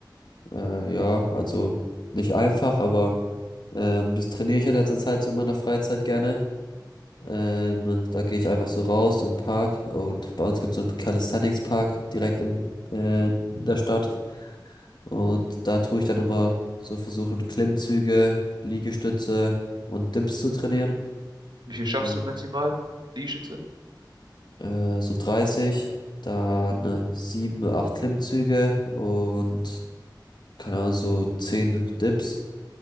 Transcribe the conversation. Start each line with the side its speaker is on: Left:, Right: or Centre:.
Left: Äh, ja, also nicht einfach, aber ähm, das trainiere ich in letzter Zeit so in meiner Freizeit gerne. Ähm, da gehe ich einfach so raus im Park und bei uns gibt es so einen Calisthenics-Park direkt im, äh, in der Stadt. Und da tue ich dann immer so versuchen, Klimmzüge, Liegestütze und Dips zu trainieren.
Right: Wie viel schaffst
Left: Und,
Right: du maximal, Liegestütze?
Left: äh, so dreißig dann äh, 7, 8 Klimmzüge und keine Ahnung, so 10 Dips.